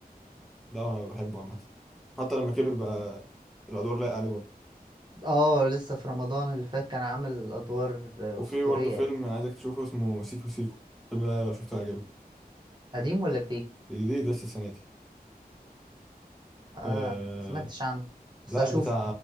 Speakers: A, in the centre; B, on the right (about 30°).
A: لا انا بحبه عامه حتى لما كبر بقى الادوار لايقه عليه برضه
B: اه لسه في رمضان اللي فات كان عامل ادوار آه،
A: وفي
B: اسطورية
A: برضه فيلم
B: يعني
A: عايزك تشوفه اسمه سيكو سيكو الفيلم ده لو شفته هيعجبك
B: قديم ولا جديد
A: جديد لسه السنه دي
B: اه
A: آه،
B: ما سمعتش عنه بس
A: لا
B: هشوفه
A: بتاع